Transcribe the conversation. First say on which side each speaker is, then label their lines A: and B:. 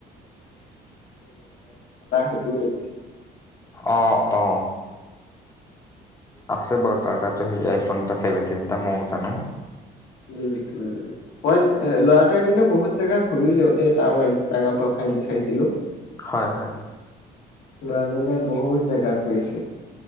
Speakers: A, on the left; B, on the left.
A: সেইটোও দেখিছে।
B: অ, অ। আছে বাৰু তাৰ তাত আই ফোন এটা চেভেনটিন এটা মই জানো।
A: উম উম, মই ল'ৰাটোৱে কিন্তু বহুত জেগা ঘূৰিলেও দেই তাৰ মই ইনস্তা গ্ৰাম প্ৰফাইল টো চাইছিলো। <inaudible>
B: হয় হয়।
A: ল'ৰাজনে বহুত জেগা ঘূৰিছিল।